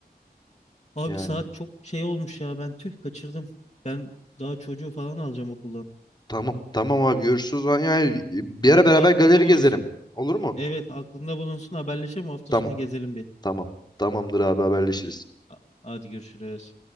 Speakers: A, on the left (about 40°); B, on the left (about 25°).
A: abi
B: Yani
A: saat çok şey olmuş ya ben tüh kaçırdım. Ben daha çocuğu falan alacağım okuldan.
B: tamam tamam abi görüşürüz. lan. Yani bir ara beraber
A: Aklında
B: galeri
A: bulunsun.
B: gezelim. Olur mu?
A: Evet aklında bulunsun haberleşelim hafta
B: Tamam
A: sonu gezelim bir.
B: tamam. Tamamdır abi haberleşiriz.
A: Ha- Hadi görüşürüz.